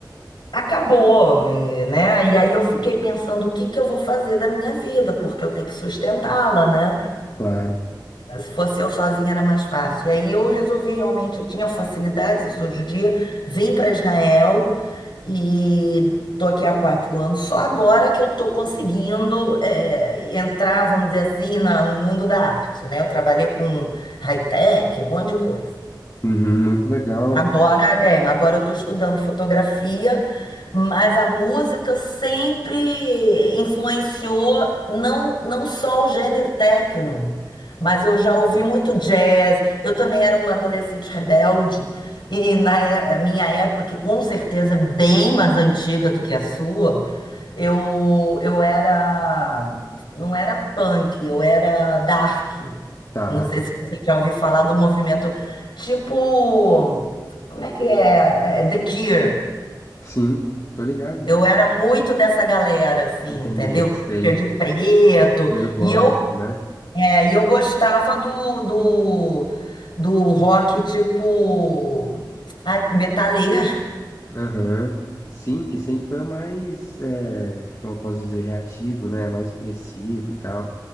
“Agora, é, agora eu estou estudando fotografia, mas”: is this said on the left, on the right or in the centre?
Left